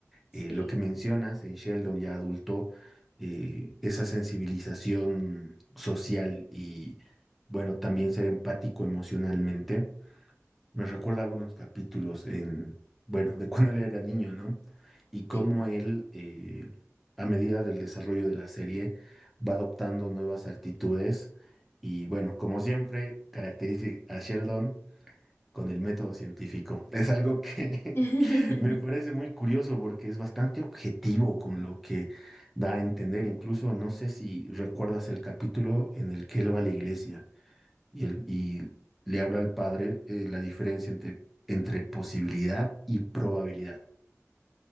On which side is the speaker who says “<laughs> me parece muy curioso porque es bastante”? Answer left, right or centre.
Centre